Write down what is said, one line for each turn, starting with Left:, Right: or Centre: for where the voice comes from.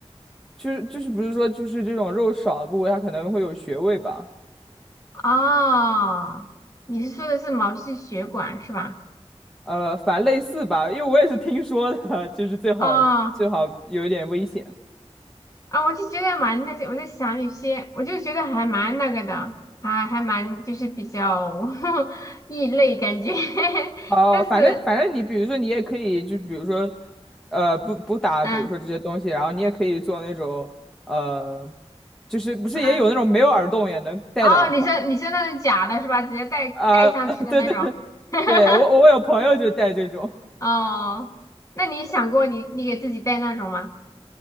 Centre: 就是就是不是说就是这种肉少的部位，它可能会有穴位吧，
Left: 哦，你是说的是毛细血管是吧？
Centre: 呃，反正类似吧，因为我也是听说的，<laughs> 就是最好最好有一点危险。
Left: 哦，啊，我就觉得蛮那些，我在想有些，我就觉得还蛮那个的，还还蛮就是比较 <laughs> 异类感觉，<laughs>
Centre: 哦，
Left: 但是，
Centre: 反正反正你比如说你也可以就是比如说，呃，不不打，
Left: 嗯
Centre: 比如说这些东西，然后你也可以做那种呃，就是不是也有那种没有耳洞也能戴的耳环
Left: 嗯，哦，你说你说那种假的是吧？直接盖盖上去的那种，
Centre: 啊？<laughs> 对对对，
Left: <laughs>
Centre: 对我我有朋友就戴这种，
Left: 哦，那你想过你你给自己戴那种吗？